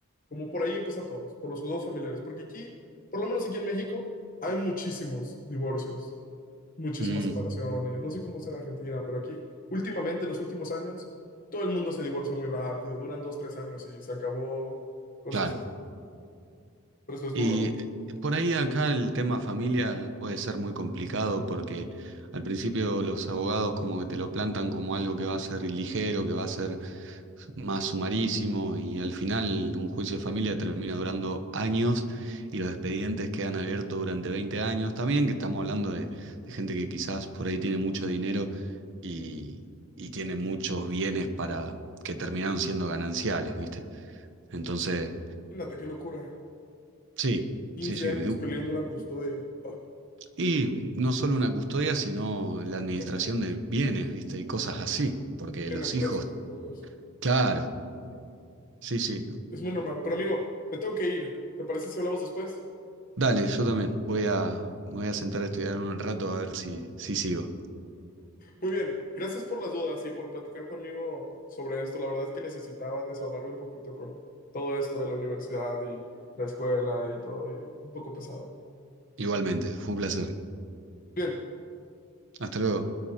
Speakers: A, on the left (about 40°); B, on the right (about 55°).
A: como por ahí empiezan todos, por los dos familiares, porque aquí, por lo menos aquí en México, hay muchísimos divorcios muchísimas
B: Mm,
A: separaciones, no sé cómo es en Argentina, pero aquí últimamente, en los últimos años, todo el mundo se divorcia muy rápido, duran dos, tres años y se acabó, cosas
B: claro.
A: así. Por eso es
B: Y
A: duro.
B: eh, por ahí acá el tema familia puede ser muy complicado porque al principio los abogados como que te lo plantan como algo que va a ser ligero, que va a ser más sumarísimo y al final un juicio de familia termina durando años y los expedientes quedan abiertos durante 20 años. También que estamos hablando de, de gente que quizás por ahí tiene mucho dinero y, y tiene muchos bienes para que terminaron siendo gananciales, ¿viste? Entonces,
A: Imagínate qué locura.
B: sí.
A: quince
B: Sí, sí.
A: años peleando una custodia. Ah,
B: Y no solo una custodia, sino la administración
A: perdón.
B: de bienes, ¿viste? Y cosas así, porque
A: en
B: los
A: empresas
B: hijos,
A: y todo eso.
B: claro, sí, sí, ¿no?
A: Es muy normal. Pero amigo, me tengo que ir. ¿Te parece si hablamos después?
B: Dale, yo también voy a, me voy a sentar a estudiar un rato a ver si, si sigo.
A: Muy bien, gracias por las dudas y por platicar conmigo sobre esto. La verdad es que necesitaba desahogarme un poquito con todo esto de la universidad y la escuela y todo, y un poco pesado.
B: Igualmente, fue un placer.
A: Bien.
B: Hasta luego.